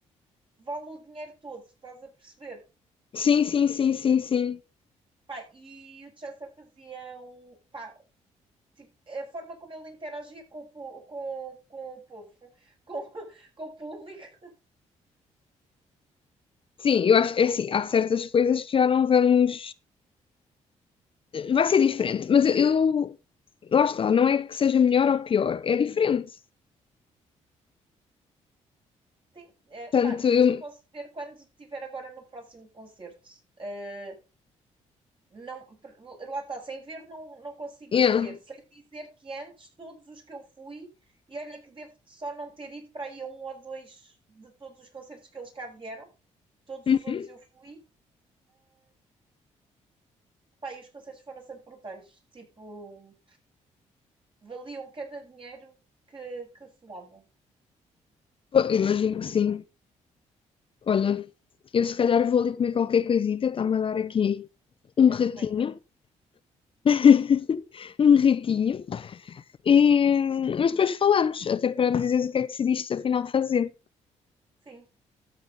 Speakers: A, on the right (about 40°); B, on the left (about 45°).
A: vale o dinheiro todo, estás a perceber?
B: Sim, sim, sim, sim, sim.
A: Pá, e o Chester fazia um. pá, tipo, a forma como ele interagia com o, po- com, com o povo, com, <laughs> com o público,
B: Sim, eu acho, é assim, há certas coisas que já não vamos. Vai ser diferente, mas eu, eu- lá está, não é que seja melhor ou pior, é diferente.
A: Sim, é,
B: Portanto,
A: pá,
B: eu,
A: só posso ver quando estiver agora no próximo concerto. Uh, não, per- lá está, sem ver não, não consigo
B: yeah.
A: dizer. Sei dizer que antes todos os que eu fui, e olha que devo só não ter ido para aí a um ou dois de todos os concertos que eles cá vieram, todos
B: Uhum.
A: os outros eu fui, pá, e os concertos foram sempre brutais. Tipo, valiam cada dinheiro que, que se dava.
B: Pô, eu imagino que sim. Olha, eu se calhar vou ali comer qualquer coisita, está-me a dar aqui um
A: É
B: ratinho,
A: semeca.
B: <laughs> um ratinho. E, mas depois falamos, até para me dizeres o que é que decidiste afinal fazer.
A: Sim.